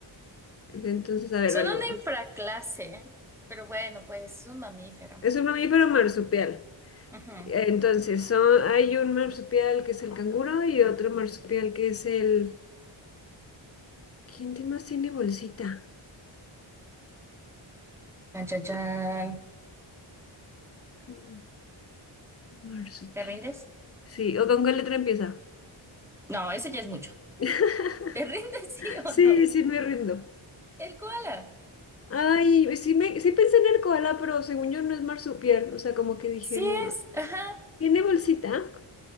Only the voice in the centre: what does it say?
Son
una infraclase, pero bueno, pues es un mamífero.
Ajá.
Chan, chan, chan.
¿Te rindes?
No, eso ya es mucho.
¿Te rindes <laughs> sí
o no?
El koala.
Sí
es, ajá.